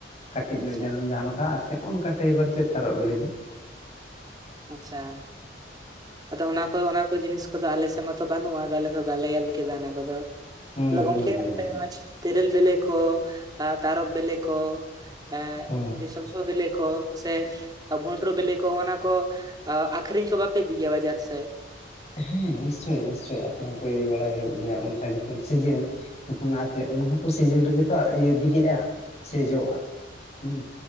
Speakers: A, on the left; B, on the right.
A: ᱠᱟᱹᱴᱤᱡ
B: ᱟᱪᱪᱷᱟ
A: ᱧᱚᱜ ᱡᱟᱹᱱᱩᱢ ᱡᱟᱦᱟᱸ ᱞᱮᱠᱟ ᱟᱨ ᱱᱚᱠᱟ ᱴᱟᱭᱵᱟᱨ ᱪᱮᱫ ᱛᱟᱨᱚᱵ ᱵᱤᱞᱤ ᱫᱚ᱾
B: ᱟᱪᱪᱷᱟ ᱟᱫᱚ ᱚᱱᱟ ᱠᱚ ᱚᱱᱟ ᱠᱚ ᱡᱤᱱᱤᱥ ᱟᱞᱮ ᱥᱮ ᱢᱟᱛ ᱵᱟᱹᱱᱩᱜᱼᱟ ᱟᱞᱮ ᱫᱚ ᱵᱟᱞᱮ ᱧᱮᱞ ᱠᱮᱫᱟ ᱚᱱᱟ ᱠᱚᱫᱚ᱾
A: ᱦᱩᱸ
B: ᱛᱟᱞᱦᱮ
A: ᱦᱩᱸ
B: ᱜᱚᱢᱠᱮ?
A: ᱦᱩᱸ
B: ᱛᱮᱨᱮᱞ ᱵᱮᱞᱮ ᱠᱚ ᱟᱨ ᱛᱟᱨᱚᱵ ᱵᱮᱞᱮ ᱠᱚ, ᱮ
A: ᱦᱩᱸ
B: ᱡᱮ ᱥᱚᱥᱚ ᱵᱮᱞᱮ ᱠᱚ ᱥᱮ ᱵᱷᱩᱸᱰᱨᱩ ᱵᱮᱞᱮ ᱠᱚ, ᱚᱱᱟ ᱠᱚ᱾ ᱠᱚ ᱟᱠᱷᱨᱤᱧ ᱠᱚ ᱵᱟᱯᱮ ᱤᱫᱤ ᱜᱮᱭᱟ ᱵᱟᱡᱟᱨ ᱥᱮᱫ?
A: ᱦᱮᱸ ᱱᱤᱥᱪᱳᱭ ᱱᱤᱥᱪᱳᱭ ᱟᱹᱠᱷᱨᱤᱧ ᱠᱚ ᱤᱫᱤ ᱵᱟᱲᱟ ᱦᱩᱭᱩᱜ ᱜᱮᱭᱟ, ᱚᱱᱠᱟ ᱡᱚᱠᱷᱚᱱ ᱥᱤᱡᱤᱱ ᱡᱚᱠᱷᱚᱱ ᱟᱛᱮ ᱩᱱ ᱦᱚᱸᱛᱚ ᱥᱤᱡᱤᱱ ᱨᱮᱜᱮ ᱛᱚ ᱵᱤᱞᱤᱜᱼᱟ ᱥᱮ ᱡᱚᱜᱼᱟ᱾ᱦᱮᱸ,